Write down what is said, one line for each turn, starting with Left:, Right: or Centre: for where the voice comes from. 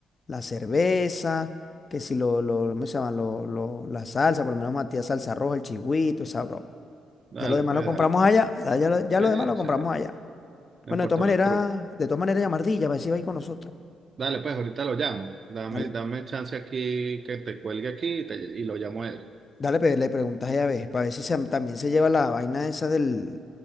Left: la cerveza, que si lo, lo, ¿cómo se llama? Lo, lo- la salsa, por lo menos Matías salsa roja, el chigüito, esa broma.
Right: Dale,
Left: Ya lo demás
Right: pues,
Left: lo compramos
Right: dale, pues.
Left: allá, ya lo ya
Right: Sí,
Left: lo demás lo compramos
Right: sí,
Left: allá.
Right: en
Left: Bueno,
Right: Puerto
Left: de todas maneras,
Right: La Cruz.
Left: de todas maneras llamardilla, a ver si va ahí con nosotros.
Right: Dale, pues, ahorita lo llamo. Dame,
Left: Dale,
Right: dame chance aquí que te cuelgue aquí y, te- y lo llamo a él.
Left: dale, pe- le preguntas ella a ver, para ver si se- también se lleva la vaina esa del,